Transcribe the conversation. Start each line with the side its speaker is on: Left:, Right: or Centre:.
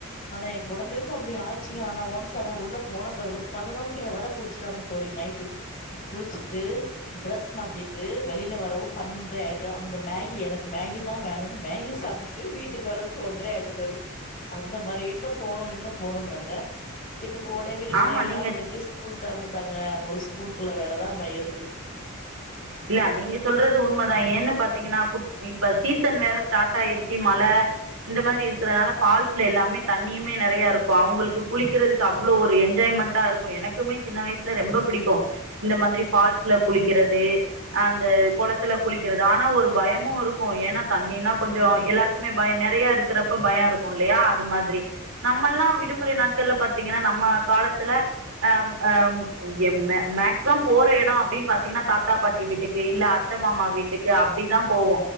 Left: ஆனா என் குழந்தளுக்கு அப்புடி ஆச்சு ஆனா ஒன்ஸ் அவுங்க உள்ள போன பெறவு பதினொன்ற வர குளிச்சுட்டாங்க தோழி நைட்டு குளிச்சுட்டு ட்ரெஸ் மாத்திட்டு வெளில வரவு பன்னொண்ற ஆயிட்டு அங்க மேகி எனக்கு மேகி தா வேணுனு மேகி சாப்ட்டுட்டு வீட்டுக்கு வறதுக்கு ஒன்ற ஆயிட்டு தோழி அந்த மாரி இன்னு போணு இன்னு போனுங்கங்க இப் ப கோடைவிடுமுறை
Right: ஆமா
Left: எல்லா
Right: நீங்க
Left: முடிஞ்சு ஸ்கூல் தெறந்துட்டாங்க அவுங்களுக்கு ஸ்கூலுக்குள வேலதா ம இருக்கு
Right: இல்ல நீங்க சொல்றது உண்மைதா ஏன்னு பாத்தீங்கின்னா கு இப்ப சீசன் வேற ஸ்டார்ட் ஆயிருச்சு மழை இந்த மாதிரி இருக்கறனால ஃபால்ஸ்ல எல்லாமே தண்ணியுமே நறைய இருக்கு அவுங்களுக்கு குளிக்கிறதுக்கு அவ்ளவு ஒரு என்ஜாய்மெண்ட்டா இருக்கு எனக்குமே சின்ன வயசுல ரொம்ப பிடிக்கு இந்த மாதரி ஃபால்ஸ்ல குளிக்கிறது அந்த குளத்துல குளிக்கிறது ஆனா ஒரு பயமு இருக்கு ஏன்னா தண்ணின்னா கொஞ்ச எல்லாருக்குமே பய நறைய இருக்கிறப்ப பய இருக்கு இல்லயா அது மாதிரி நம்மல்லா விடுமுறை நாட்கள்ல பாத்தீங்கின்னா நம்ம காலத்துல அஹ ஆஹ மேக்சிமம் போற இட அப்புடின்னு பாத்தீங்கன்னா தாத்தா பாட்டி வீட்டுக்கு இல்ல அத்தமாமா வீட்டுக்கு அப்புடிதா போவோ